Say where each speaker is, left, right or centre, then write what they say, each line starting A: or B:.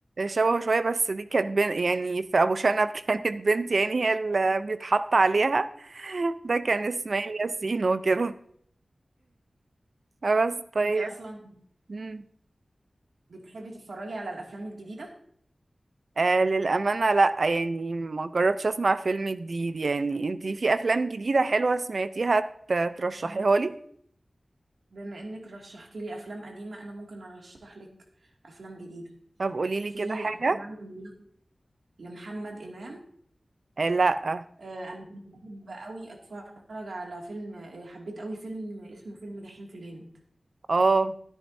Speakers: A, on the right; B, on the right.
A: شبهه شوية بس دي كانت بنت يعني في أبو شنب <laughs> كانت بنت يعني هي اللي بيتحط عليها ده كان إسماعيل ياسين وكده آه بس طيب
B: انتي اصلا
A: مم.
B: بتحبي تتفرجي على الافلام الجديدة
A: آه للأمانة لأ يعني ما جربتش أسمع فيلم جديد يعني انتي في أفلام جديدة حلوة سمعتيها ت- ترشحيها
B: مم.
A: لي
B: بما انك رشحتي لي افلام قديمة انا ممكن ارشح لك افلام جديدة
A: طب قوليلي
B: في
A: كده حاجة
B: افلام لمحمد امام
A: آه لأ
B: آه، انا كنت بحب قوي اتفرج على فيلم آه، حبيت قوي فيلم اسمه فيلم جحيم في الهند
A: اه